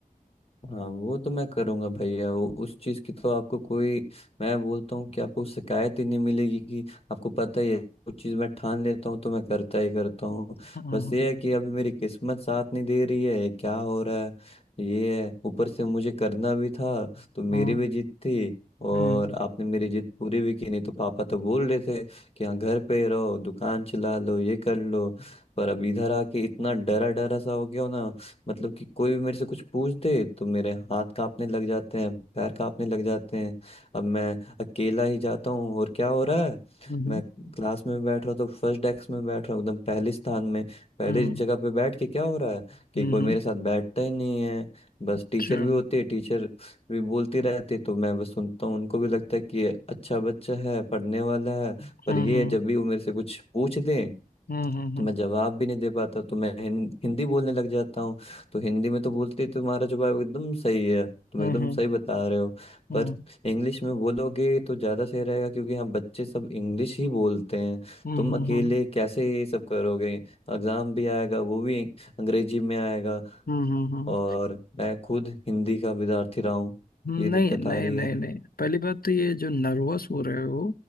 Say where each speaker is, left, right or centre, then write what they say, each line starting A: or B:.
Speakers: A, on the left (about 40°); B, on the left (about 80°).
A: हाँ वो तो मैं करूँगा भैया वो उस चीज़ की तो आपको कोई मैं बोलता हूँ कि आपको शिकायत ही नहीं मिलेगी कि आपको पता ही है कुछ चीज़ मैं ठान लेता हूँ तो मैं करता ही करता हूँ
B: हाँ
A: बस ये है कि अभी मेरी किस्मत साथ नहीं दे रही है ये क्या हो रहा है ये है ऊपर से मुझे करना भी था तो मेरी
B: हाँ
A: भी जिद थी और
B: हम्म
A: आपने मेरी जिद पूरी भी की नहीं तो पापा तो बोल रहे थे कि हाँ घर पे रहो दुकान चला लो ये कर लो पर अब इधर आके इतना डरा डरा सा हो गया हो ना मतलब कि कोई भी मेरे से कुछ पूछ दे तो मेरे हाथ कांपने लग जाते हैं पैर कांपने लग जाते हैं अब मैं अकेला ही जाता हूँ और क्या हो रहा है
B: हम्म
A: मैं क्लास में बैठ रहा हूँ तो फर्स्ट डेस्क में बैठ रहा हूँ एकदम पहले स्थान में पहले
B: हम्म
A: जगह पे बैठ के क्या हो रहा है कि
B: हम्म
A: कोई मेरे साथ बैठता ही नहीं है बस
B: अच्छा
A: टीचर भी होती है टीचर भी बोलती रहती है, तो मैं बस सुनता हूँ उनको भी लगता है कि ये अच्छा बच्चा है पढ़ने वाला है पर
B: हम्म
A: ये
B: हम्म
A: जब भी वो मेरे से कुछ पूछ दें
B: हम्म हम्म
A: तो मैं जवाब भी नहीं दे पाता तो मैं हिं, हिंदी बोलने लग जाता हूँ तो हिंदी में तो बोलते ही तुम्हारा जवाब एकदम सही है तुम
B: हम्म
A: एकदम सही बता रहे हो
B: हम्म
A: पर इंग्लिश में बोलोगे तो ज़्यादा सही रहेगा क्योंकि यहाँ बच्चे सब इंग्लिश ही बोलते हैं
B: हम्म
A: तुम अकेले कैसे ये सब करोगे एग्ज़ाम भी आएगा वो भी अंग्रेजी में आएगा
B: हम्म
A: और मैं खुद हिंदी का विद्यार्थी रहा हूँ
B: नहीं
A: ये दिक्कत
B: नहीं
A: आ रही
B: नहीं
A: है
B: नहीं पहली बात तो ये जो नर्वस हो रहे हो